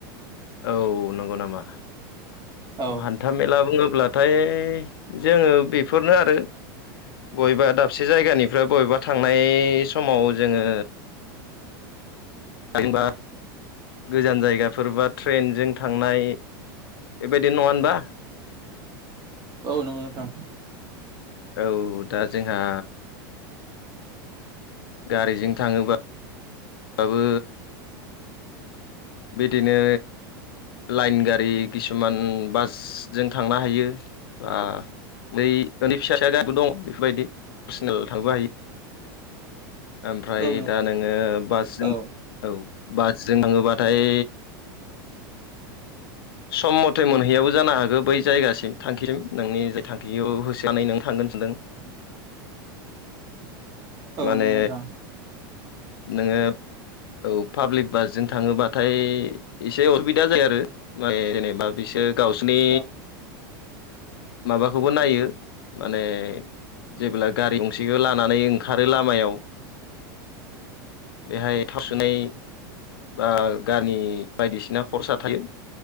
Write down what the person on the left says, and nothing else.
औ नंगौ नामा?
अ हान था मेला बुङोब्लाथाय जोङो बेफोरनो आरो बबेबा दाबसे जायगानिफ्राय बबेबा थांनाय समाव जोङो <unintelligible> गोजान जायगाफोर बा ट्रेनजों थांनाय बेबायदि नङा होनबा?
औ दा जोंहा गारिजों थाङोबा बाबो बिदिनो लाइन गारि किसुमान बासजों थांनो हायो बा बै न'नि फिसा फिसा गारिबो दं बेफोरबायदि पार्सनेल थांबो हायो। ओमफ्राय
दा नोङो बासजों
औ बासजों थाङोबाथाय सम मथे मोनहैयाबो जानो हागौ बै जायगासिम थांखिसिम नोंनि जाय थांखिखौ होसोनानै नों थांगोन सानदों।
माने
नोङो औ पाब्लिक बासजों थाङोबाथाय एसे असुबिदा जायो आरो माए जेनेबा बिसोर गावसोरनि
माबाखौबो नायो माने जेब्ला गारि गंसेखो लानानै ओंखारो लामायाव बेहाय थावसोनाय बा गामि बायदिसिना खर्सा थायो।